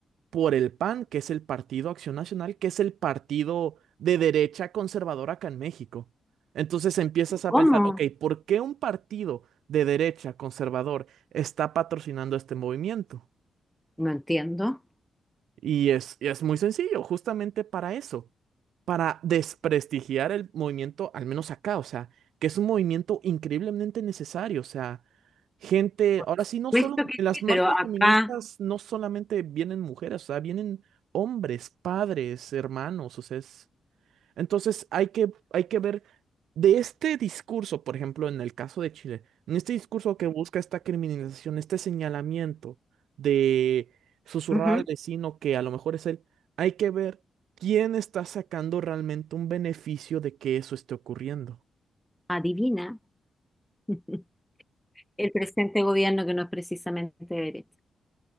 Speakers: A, on the right (about 75°); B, in the centre.
A: por el PAN, que es el Partido Acción Nacional, que es el partido de derecha conservadora acá en México. Entonces empiezas a
B: ¿Cómo?
A: pensar, ok, ¿por qué un partido de derecha conservador está patrocinando este movimiento?
B: No entiendo.
A: Y es, y es muy sencillo, justamente para eso, para desprestigiar el movimiento, al menos acá, o sea, que es un movimiento increíblemente necesario, o sea, gente,
B: Por
A: ahora
B: supuesto
A: sí, no solo,
B: que
A: en las
B: sí,
A: marchas
B: pero acá,
A: feministas no solamente vienen mujeres, o sea, vienen hombres, padres, hermanos, o sea, es... Entonces hay que, hay que ver de este discurso, por ejemplo, en el caso de Chile, en este discurso que busca esta criminalización, este señalamiento de susurrar
B: ujú,
A: al vecino que a lo mejor es él, hay que ver quién está sacando realmente un beneficio de que eso esté ocurriendo.
B: adivina. <laughs> el presente gobierno que no es precisamente de derecha.